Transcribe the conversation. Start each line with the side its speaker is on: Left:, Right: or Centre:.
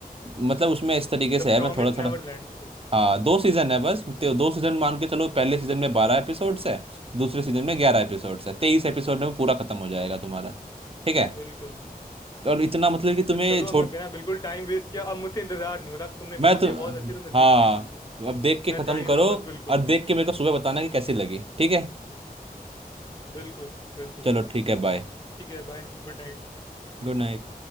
Right: मतलब उसमें इस तरीके से
Left: The
Right: है
Left: Promise
Right: मैं थोड़ा थोड़ा
Left: Neverland book.
Right: हाँ दो सीजन है बस तो दो सीजन मान के चलो
Left: हुँ,
Right: पहले सीजन में बारह एपिसोड्स है दूसरे सीजन में
Left: हुँ,
Right: ग्यारह एपिसोड्स है तेईस एपिसोड में पूरा खत्म हो जाएगा तुम्हारा ठीक है
Left: बिल्कुल।
Right: और इतना मतलब कि
Left: तो
Right: तुम्हें
Left: चलो
Right: छोट
Left: अब मैं बिना बिल्कुल टाइम वेस्ट किया अब मुझसे इंतज़ार नहीं हो रहा। अब तुमने
Right: मैं
Left: बोल
Right: तो
Left: दिया बहुत अच्छी तो मैं देख
Right: हाँ
Left: के ही मानूँगा।
Right: अब देख के खत्म
Left: मैं जा ही
Right: करो
Left: रहा बस बिल्कुल।
Right: और देख के मेरे को सुबह बताना कि कैसी लगी ठीक है
Left: बिल्कुल, बिल्कुल।
Right: चलो ठीक है बाय
Left: ठीक है बाय गुड नाइट
Right: गुड नाइट